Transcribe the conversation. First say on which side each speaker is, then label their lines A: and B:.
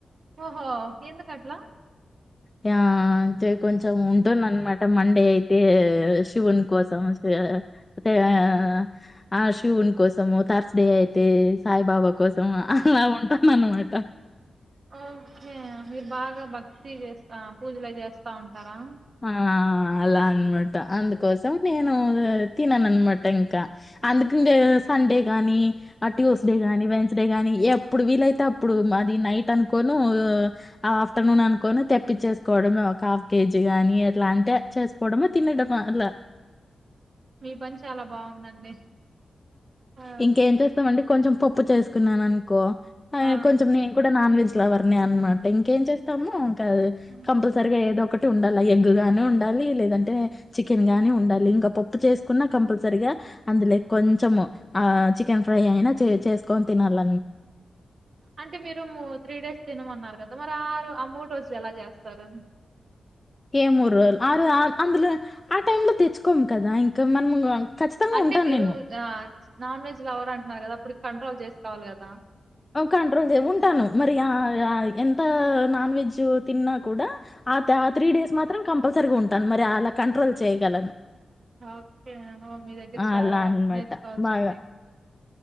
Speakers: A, on the right (about 60°); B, on the left (about 25°).
A: ఓహో ఎందుకట్లా
B: య అయితే కొంచం ఉంటుంది అనమాట మండే అయితే శివుని కోసం అ ఆ శివుని కోసము థర్స్డే అయితే సాయిబాబా కోసం అలా ఉంటాను అనమాట
A: ఓకే మీరు బాగా భక్తి చేస్తా పూజలు చేస్తా ఉంటారా
B: ఆ అలా అనమాట అందుకోసం నేను తినను అనమాట ఇంకా అందుకు ఇంకా సండే గానీ ఆ ట్యూస్ డే గాని వెన్ డే గాని ఎప్పుడు వీలైతే అప్పుడు అది నైట్ అనుకోను ఆఫ్టర్నూన్ అనుకోను తెప్పించేసుకోవడమే ఒక హాఫ్ కేజీ గాని అట్లా అంటిే చేసుకోడమ తినడమ తినడమా అలా
A: మీ పని చాలా బాగుందండి ఆ
B: ఇంకేం చేస్తామండి కొంచెం పప్పు చేసుకున్నాను అనుకో
A: ఆ!
B: కొంచం నేను కూడా నాన్ వెజ్ ఇలావర్ణ అనమాట ఇంకేం చేస్తాము కాదు
A: హ్మ్.
B: కంపల్సరీగా ఏదో ఒకటి ఉండాలి ఎగ్ గానీ ఉండాలి లేదంటే చికెన్ గాని ఉండాలి ఇంకా పప్పు చేసుకున్నా కంపల్సరిగా అందులే కొంచెము ఆ చికెన్ ఫ్రై అయినా చేసుకొని తినాల
A: అంటే మీరు ము త్రీ డేస్ తినమన్నారు కదా మరి ఆరు ఆ మూడు రోజులు ఎలా చేస్తారు
B: ఏ మూడు రోజులు ఆ ర అందులో ఆ టై లో తెచ్చుకోము కదా ఇంకా మనము ఖచ్చితంగా
A: అంటే
B: ఉంటాను
A: మీరు
B: నేను
A: నాన్ వెజ్ లవర్ అంటున్నారు కదా అప్పుడు కంట్రోల్ చేసుకోవాలి కదా
B: కంట్రోల్ చే ఉంటాను మరి ఆ ఎంత నాన్ వెజ్ తిన్నా కూడా ఆ ఆ త్రీ డేస్ మాత్రం కంపల్సరిగా ఉంటాను మరి అలా కంట్రోల్ చేయగలను
A: ఓకే ఓ మీ దగ్గర చాలా
B: అలా అనమాట
A: నేర్చుకోవచ్చండి.
B: బాగా